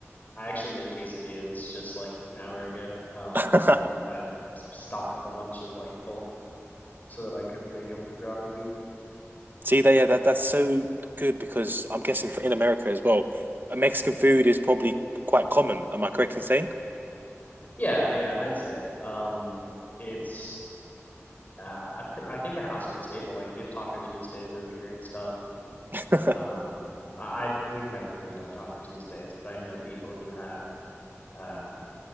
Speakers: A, on the left; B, on the right.
A: I actually made quesadillas just like an hour ago. Um,
B: <laughs>
A: I s- stocked up a bunch of like bulk so that I could make them throughout the week.
B: See that? Yeah, that that's so good because I'm guessing for in America as well, uh, Mexican food is probably quite common. Am I correct in saying?
A: Yeah, yeah, I'd say. Um, it's uh, I pr I think a household staple. Like we have Taco Tuesdays over here and stuff, and
B: <laughs>
A: um, I, I we've never really done Taco Tuesdays, but I know people who have. uh.